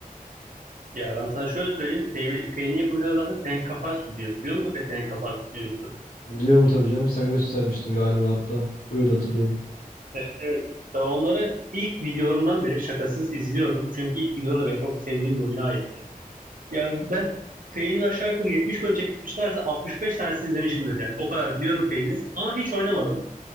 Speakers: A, on the right (about 65°); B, on the left (about 70°).
A: Ya ben sana şöyle söyleyeyim. Pain- Pain'in yapımcıları zaten Tenek Kafar Stüdyosu. Biliyor musun peki Tenek Kafar Stüdyosu?
B: Biliyorum tabii canım. Sen göstermiştin galiba hatta. Öyle hatırlıyorum.
A: Evet evet. Ben onları ilk videolarından beri şakasız izliyorum. Çünkü ilk videoları da benim çok sevdiğim bir oyuna ait. Yani ben Pain'in aşağı yukarı 70 bölüm çekmişlerse 65 tanesi izlemişimdir yani. O kadar biliyorum Pain'i ama hiç oynamadım.